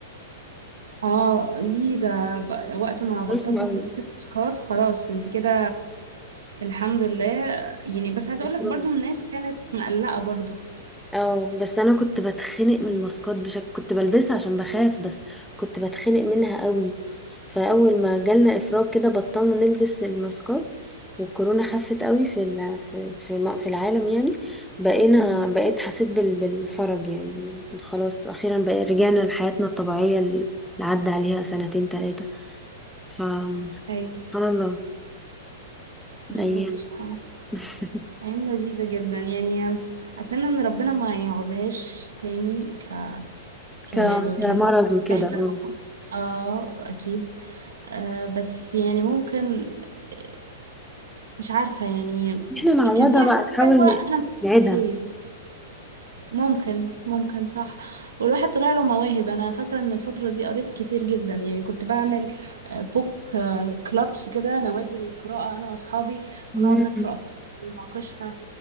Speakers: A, on the right; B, in the centre.
A: اه يي ده ب- وقت ما بطلتي
B: رخم أوي،
A: تلبسي ماسكات خلاص انت كده الحمد لله يعني بس عايزه
B: رخم
A: اقول لك برضه الناس كانت مقلقه برضه
B: اه بس انا كنت بتخنق من الماسكات بشكل كنت بلبسها عشان بخاف بس كنت بتخنق منها قوي فاول ما جالنا افراج كده بطلنا نلبس الماسكات والكورونا خفت قوي في ال- في في م- في العالم يعني بقينا بقيت حسيت بال- بالفرج يعني خلاص اخيرا بقى رجعنا لحياتنا الطبيعية اللي عدى عليها سنتين ثلاثة فسبحان
A: ايوه
B: الله
A: بالظبط
B: ايام
A: سبحان الله
B: <laughs>
A: أيام لذيذة جدا يعني أتمنى إن ربنا ما يقعدهاش تاني ك... ك...
B: ك-
A: يعني
B: كمرض
A: كسبب
B: وكده
A: إن احنا
B: اه
A: نقعد اه أكيد آه بس يعني ممكن آه، مش عارفة يعني
B: احنا
A: في...
B: نعوضها
A: كان فيها
B: بقى
A: حاجة
B: نحاول
A: حلوة أنا مش
B: نعيدها
A: عارفة هي ممكن ممكن صح والواحد طلع له مواهب انا فاكره ان الفتره دي قريت كتير جدا يعني كنت بعمل آه، بوك آه، كلابس كده نوادي القراءه انا واصحابي
B: مم.
A: ونقعد نقرا أفكار ونناقشها